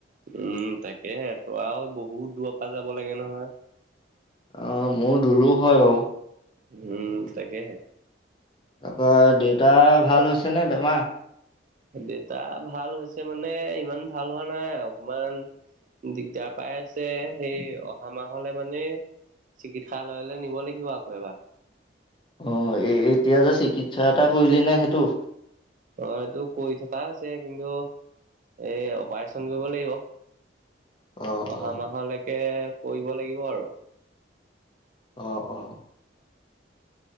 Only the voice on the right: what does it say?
উম, তাকেহে তই আৰু বহুত দূৰৰ পৰা যাব লাগে নহয়।
উম, তাকেহে।
দেউতা ভাল হৈছে মানে ইমান ভাল হোৱা নাই অকমান দিগদাৰ পাই আছে সেই অহা মাহলে মানে চিকিৎসালয়লৈ নিব লাগিব আকৌ এবাৰ।
অ', এইটো কৰি থকা হৈছে কিন্তু এ অপাৰেচন কৰিব লাগিব।
অহা
মাহলৈকে কৰিব লাগিব আৰু।